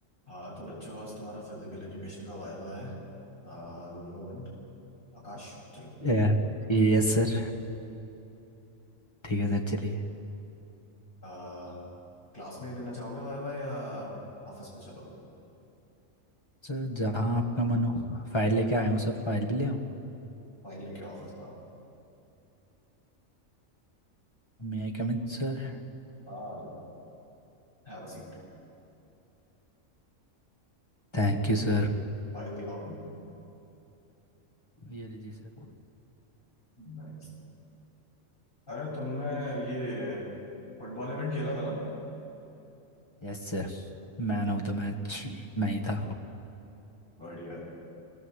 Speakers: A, on the left; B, on the left.
A: हाँ तो बच्चों आज तुम्हारा फिजिकल एजुकेशन का वायवा है आ, Roll number वन आकाश चलो
B: या yes sir ठीक है सर चलिए
A: आ, क्लास में ही देना चाहोगे वायवा या ऑफिस पे चलोगे
B: सर जहाँ आपका मन हो फाइल लेके आया हूँ सर फाइल भी ले आऊँ
A: फाइल लेके ऑफिस पे आओ
B: May I come in sir
A: हाँ तो हैव अ सीट
B: Thank you sir
A: फाइल दिखाओ अपनी
B: ये लीजिए सर
A: नाइस अरे तुमने ये फुटबॉल इवेंट खेला था ना
B: Yes sir Man of the match मैं ही था
A: बढ़िया